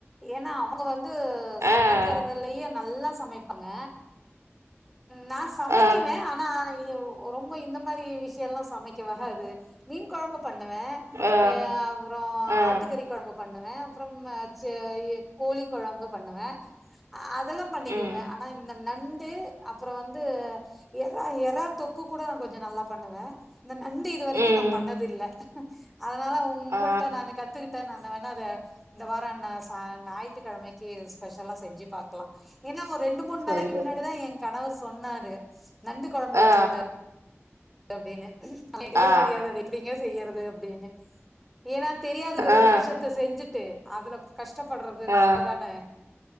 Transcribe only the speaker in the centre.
ஏன்னா அவங்க வந்து து சமைக்கிறது
இல்லையே நல்லா சமைப்பங்க நான் சமைக்குவேன்
ஆனா ரொம்ப இந்த மாதிரி விஷயம் எல்லாம் சமைக்க வராது மீன் குழம்பு பண்ணுவேன்
அப்புறம்
ஆட்டுக்கறி குழம்பு பண்ணுவேன் பண்ணுவேன் அப்புறம் கோழி குழம்பு பண்ணுவேன் அதெல்லாம் பண்ணிக்குவேன்
ஆனா இந்த நண்டு அப் அப்புறம் வந்து எறா எறா தொக்கு கூட நான் கொஞ்சம் நல்லா பண்ணுவேன் இந்த நண்டு இது வரைக்கும்
நான் பண்ணது இல்லை <unintelligible> அதனால உங்கள்ட்ட
நான் கத்துக்கிட்டேன் நான் வேணா அத இந்த வாரம் ந ஞாயிற்றுக்கிழமைக்கு ஸ்பெஷலா செஞ்சு பாக்கலாம் ஏன்னா ஒரு ரெண்டு மூணு
நாளைக்கு
முன்னாடிதான் எங் கணவர் சொன்னாரு நண்டு கொழம்பு வச்சு
குடு அப்டினு <unintelligible>
தெரியாது அத எப்டிங்க செய்யறது அப்டீனு ஏனா தெரியாத ஒரு
ஒரு விஷ்யத்த செஞ்சுட்டு அதுல கஷ்டப்படுறது
நம்மதான